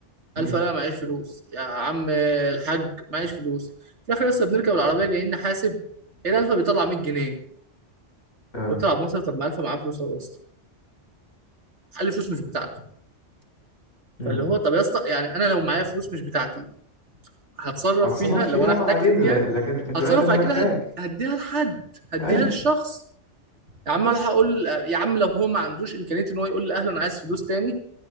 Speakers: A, on the left (about 80°); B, on the right (about 75°).
A: مم.
B: ألف أنا معيش فلوس يا عم الحاج معيش فلوس في الآخر لسه بنركب العربية جايين نحاسب هنا ألفا بيطلع 100 جنيه
A: آه
B: قلت له عبد الناصر طب ما ألفا معاه فلوس أهو يا اسطى قال لي فلوس مش بتاعته
A: مم.
B: فاللي هو طب يا اسطى يعني أنا لو معايا فلوس مش بتاعتي هتصرف
A: هتصرف
B: فيها
A: فيها
B: لو أنا
A: بعدين
B: احتجت فيها
A: ل- لكن لكن
B: هتصرف
A: دلوقتي أنا
B: بعد
A: محتاج
B: كده هد... هديها لحد هديها
A: أيوه
B: للشخص يا عم أنا هقول يا عم لو هو ما عندوش إمكانية إن هو يقول لأهله أنا عايز فلوس تاني